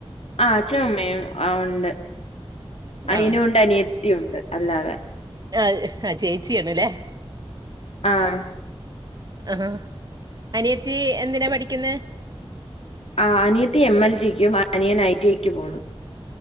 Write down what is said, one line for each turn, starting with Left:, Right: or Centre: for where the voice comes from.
Left: ആഛൻ അമ്മയും ആ ഉണ്ട് അനിയനും
Right: ആഹ
Left: ഉണ്ട് ഉണ്ട് അല്ലാതെ
Right: ആഹ ആ ചേച്ചിയാണല്ലേ
Left: ആഹ
Right: ആ അനിയത്തി എന്തിനാ പഠിക്കുന്ന
Left: അനിയത്തി എംഎൽടിക്കും അനിയൻ ഐടിക്കു പോന്നു